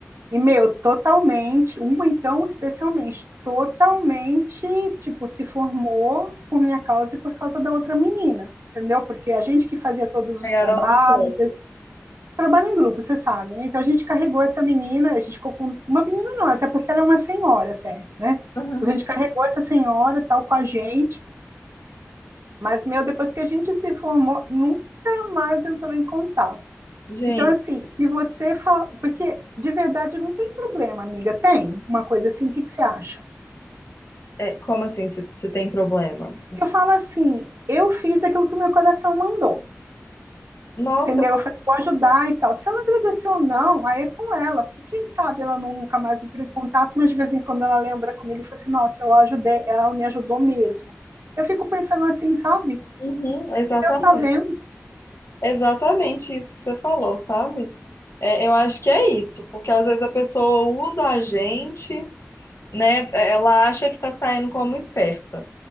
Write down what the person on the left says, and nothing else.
Pegaram
no colo.
<laughs>
Gente,
é, como assim você tem problema?
Nossa,
uhum, exatamente.
Exatamente isso que você falou, sabe? É, eu acho que é isso, porque às vezes a pessoa usa a gente, né? É, Ela acha que tá saindo como esperta.